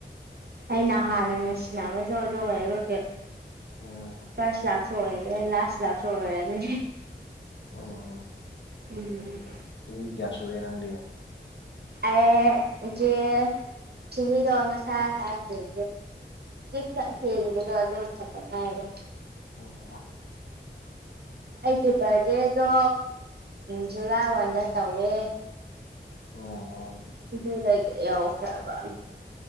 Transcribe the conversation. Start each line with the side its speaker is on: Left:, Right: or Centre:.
Right: ꯑꯩꯅ ꯍꯥꯟꯅ ꯅꯨꯡꯁꯤꯅꯕꯁꯨ ꯑꯗꯨ ꯑꯣꯏꯔꯒ
Left: ꯑꯣ
Right: ꯐꯁ ꯂꯥꯛꯁꯨ ꯑꯣꯏꯦ ꯂꯥꯁ ꯂꯥꯛꯁꯨ ꯑꯣꯏꯋꯦꯅꯦ
Left: ꯎꯝ꯫
Right: ꯎꯝ꯫
Left: ꯆꯍꯤ ꯀꯌꯥ ꯁꯨꯔꯦ ꯅꯪꯗꯤ꯫
Right: ꯑꯩ <unintelligible> ꯁꯤꯗ ꯁ ꯍꯥꯥꯏ ꯐꯦ ꯇ ꯍꯦꯂ꯫
Left: ꯑꯣ
Right: ꯑꯩꯒꯤ ꯕꯥꯔꯗꯦꯗꯣ ꯖꯨꯂꯥꯏ ꯋꯥꯟꯗ ꯇꯧꯋꯦ
Left: ꯑꯣ
Right: ꯑꯗꯨꯗꯗ ꯌꯥ ꯈꯔꯕ